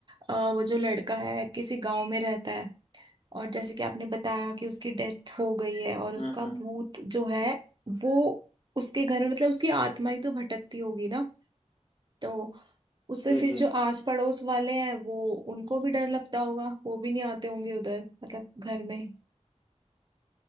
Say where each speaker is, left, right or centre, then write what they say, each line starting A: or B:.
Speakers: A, on the right; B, on the left.
A: अ, वो जो लड़का है किसी गांव में रहता है और जैसे कि आपने बताया कि उसकी डेथ हो गई है और उसका
B: हम्म हम्म
A: भूत जो है वो उसके घर में मतलब उसकी आत्मा ही तो भटकती होगी ना तो उससे
B: जी
A: फिर
B: जी
A: जो आस पड़ोस वाले हैं वो उनको भी डर लगता होगा वो भी नहीं आते होंगे उधर मतलब घर में